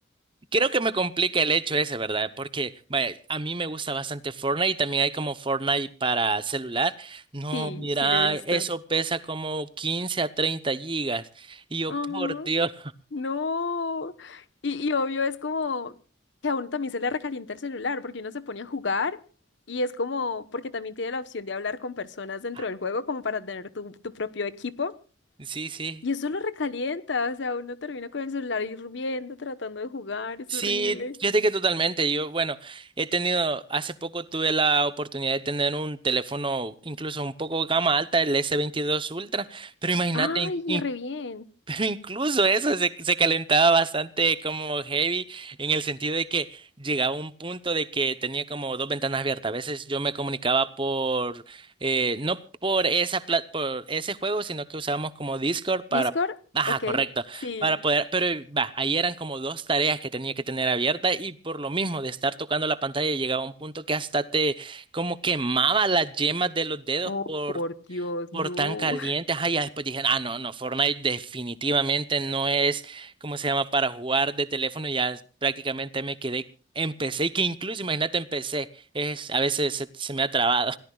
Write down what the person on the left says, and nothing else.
Sí,
sí lo he visto.
Ajá.
No. Y, y obvio es como que a uno también se le recalienta el celular porque uno se pone a jugar y es como porque también tiene la opción de hablar con personas dentro
del juego como para tener tu, tu propio equipo.
Y eso lo recalienta, o sea, uno termina con el celular hirviendo, tratando de jugar, es
horrible.
Ay, y re bien.
¿Discord?
Ok,
sí.
Oh,
por Dios,
no.